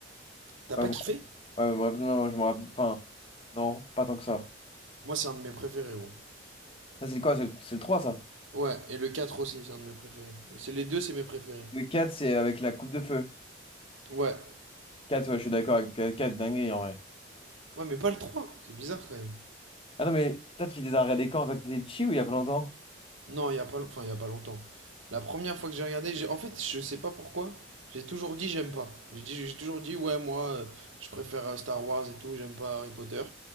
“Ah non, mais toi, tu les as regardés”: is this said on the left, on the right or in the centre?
Left